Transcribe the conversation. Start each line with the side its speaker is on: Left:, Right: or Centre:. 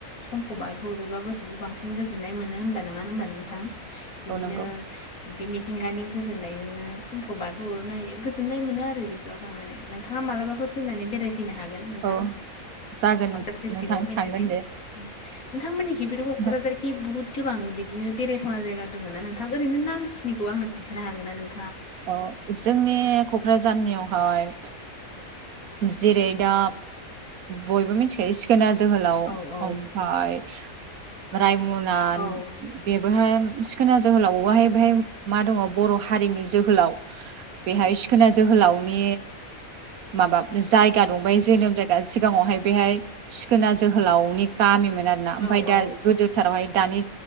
Left: समखौ बारहरोबा गोस खौबो बांसिन गोजोन्नाय मोनो होमबा नङा होमबा नोंथां बिदिनो
Right: नंगौ
Left: बे मिथिंगानि गोजोननायजों नो समखौ बारहरनो हायो गोजोननाय मोनो आरो बेफोराव थांनानै नोंथाङा मालाबाफोर फैनानै बेराय फैनो हागोन नोंथां।
Right: औ जागोन
Left: बाक्सा डिस्ट्रिकआव
Right: नोंथां
Left: फैनानै
Right: थांगोन दे
Left: नोंथांमोननिखिबो क'क्राझारखि
Right: नोंथां
Left: बुहुद गोबां बिदिनो बेरायथावना जायगा दङना नोंथां ओरैनो नामखिनिखौ आंनो खिन्थानो हागोना नों
Right: अ जोंनि क'क्राझारनियावहाय जेरै दा बयबो मिथिखायो सिखोना जोहोलाव
Left: औ औ
Right: ओमफाय रायमना
Left: औ
Right: बेबोहाय सिखोना जोहोलावहाय बेहाय मा दङ बर' हारिनि जोहोलाव बेहाय सिखोना जोहोलावनि माबा जायगा दंबाय जोनोम जायगा सिगाङावहाय बेहाय सिखोना जोहोलावनि गामिमोन आरोना ओमफाय
Left: औ औ
Right: दा गोदोथारावहाय दानि